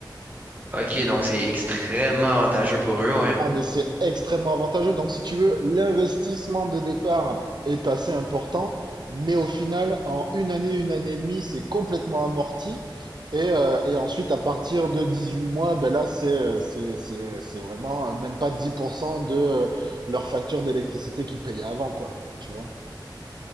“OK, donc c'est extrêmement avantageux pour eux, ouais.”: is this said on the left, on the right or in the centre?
Right